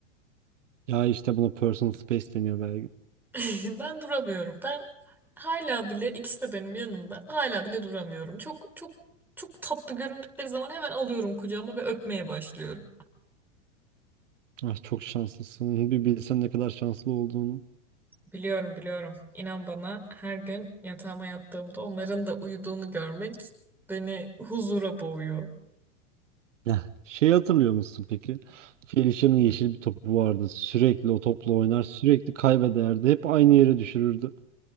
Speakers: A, on the right; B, in the centre.
A: Ya işte buna personal space deniyor belki.
B: <laughs> Ben duramıyorum. Ben hala bile ikisi de benim yanımda. Hala bile duramıyorum. Çok çok çok tatlı göründükleri zaman hemen alıyorum kucağıma ve öpmeye başlıyorum.
A: Ah çok şanslısın. Bir bilsen ne kadar şanslı olduğunu.
B: Biliyorum biliyorum. İnan bana her gün yatağıma yattığımda onların da uyuduğunu görmek beni huzura boğuyor.
A: Ya şey hatırlıyor musun peki? Felicia'nın yeşil bir topu vardı. Sürekli o topla oynar, sürekli kaybederdi. Hep aynı yere düşürürdü.